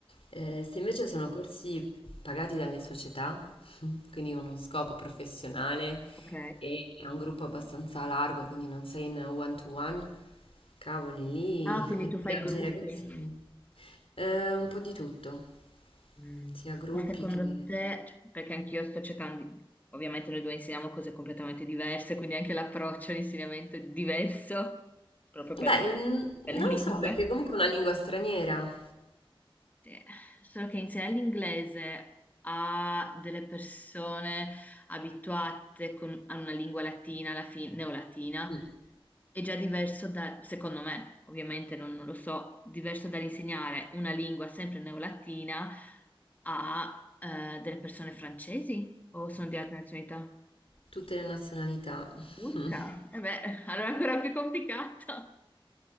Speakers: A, on the left; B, on the left.
A: Eh, se invece sono corsi pagati dalle società, <laughs> quindi con uno scopo professionale,
B: Ok.
A: e è un gruppo abbastanza largo, quindi non sei in one to one. Cavoli, lì
B: Ah, quindi
A: <laughs> rimpiangi
B: tu fai gruppi.
A: i ragazzini. Eh, un po' di tutto,
B: Mm.
A: sia gruppi
B: Ma secondo
A: che...
B: te, cioè, perché anch'io sto cercando, di- ovviamente noi due insegniamo cose completamente diverse, quindi anche l'approccio all'insegnamento è diverso, proprio per,
A: Beh, mm,
B: per le
A: non
B: lingue.
A: lo so perché comunque è una lingua straniera.
B: Sì, Solo che insegnare l'inglese a delle persone abituate con- a una lingua latina, alla fine, neolatina,
A: Mm,
B: è già diverso da, secondo me, ovviamente non, non lo so, diverso dall'insegnare una lingua sempre neolatina a eh, delle persone francesi o sono di altre nazionalità?
A: Tutte le nazionalità. <laughs>
B: Turca? E beh, allora è ancora più complicato.